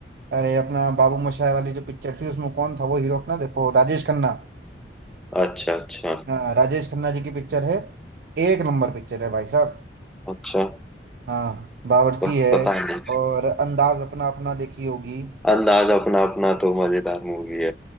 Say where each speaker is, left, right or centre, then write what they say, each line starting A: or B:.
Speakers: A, on the right; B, in the centre.
A: अरे अपना बाबू मोशाय वाली जो पिक्चर थी उसमें कौन था वो हीरो अपना देखो राजेश खन्ना
B: अच्छा अच्छा
A: हाँ राजेश खन्ना जी की पिक्चर है एक नंबर पिक्चर है भाई साहब
B: अच्छा
A: हाँ बावर्ची
B: प-
A: है
B: पता नहीं
A: और अंदाज अपना अपना देखी होगी
B: अंदाज अपना अपना तो मजेदार मूवी